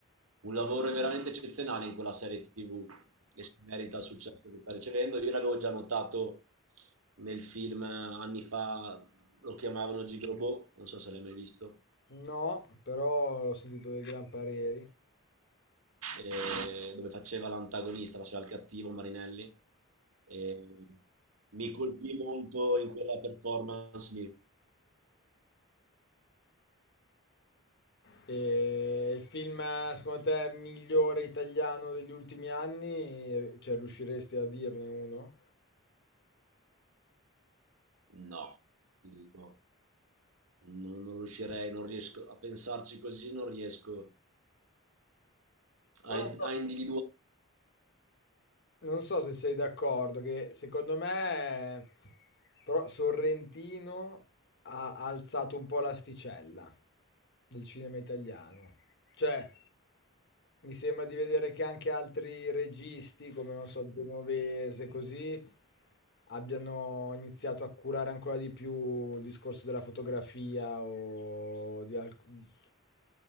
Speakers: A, on the right; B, on the left.
A: un lavoro veramente eccezionale in quella serie TV che si merita il successo che sta ricevendo. Io l'avevo già notato nel film anni fa, lo chiamavano Gigrobot, non so se l'hai mai visto,
B: No, però ho sentito dei gran pareri.
A: eh, dove faceva l'antagonista, faceva il cattivo Marinelli. E mi colpì molto in quella performance lì,
B: E il film, secondo te, migliore italiano degli ultimi anni? Cioè, riusciresti a dirne uno?
A: No, ti dico, non, non riuscirei, non riesco a pensarci così, non riesco a,
B: Però non so,
A: a individuare.
B: Non so se sei d'accordo, che secondo me però Sorrentino ha alzato un po' l'asticella del cinema italiano. Cioè, mi sembra di vedere che anche altri registi, come non so, Genovese, così, abbiano iniziato a curare ancora di più il discorso della fotografia o di, alc- di